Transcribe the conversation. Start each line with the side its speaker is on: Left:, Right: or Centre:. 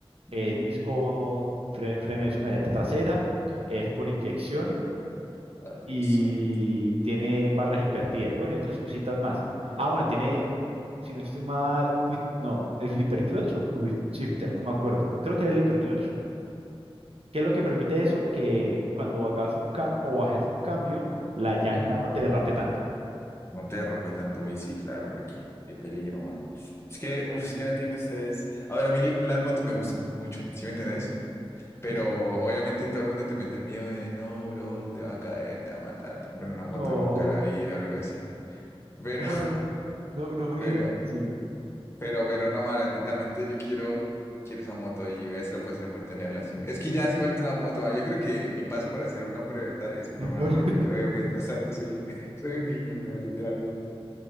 Left: Mm,
Right: eh, disco, fre- freno de disco en la llanta trasera, es por inyección
Left: Ay, Dios
Right: y
Left: santo.
Right: tiene barras invertidas. Bueno, y otras cositas más. Ah, bueno, tiene, si no estoy mal, quick- no, ¿es flipper clutch o quick shifter? No me acuerdo. Creo que es flipper clutch. ¿Qué es lo que permite eso? Que cuando hagas un cambio o bajes un cambio, la llanta
Left: Ujú.
Right: no te derrape tanto.
Left: No te derrape tanto, uy, sí, claro, porque qué peligro, mano. Es que, uf, es que no entiendo ustedes. A ver, a mí las motos me gustan mucho, ¿sí me entendés? Pero
Right: Sí.
Left: obviamente todo el mundo te mete el miedo de, no, bro, te va a caer, te va a matar, te compras
Right: No,
Left: una moto nunca en la vida o algo así. Pero,
Right: no, no, no, no funciona
Left: <laughs> pero,
Right: tan así.
Left: pero, pero no, mano, literalmente yo quiero, quiero esa moto y ves lo posible por tenerla siempre. Es que ya hace falta una moto, mano. Yo creo que mi paso para ser un hombre, ¿verdad? Es comprarme
Right: <laughs> Porque-
Left: una moto. Creo que mientras tanto soy, <laughs> soy un niño, weón, literalmente.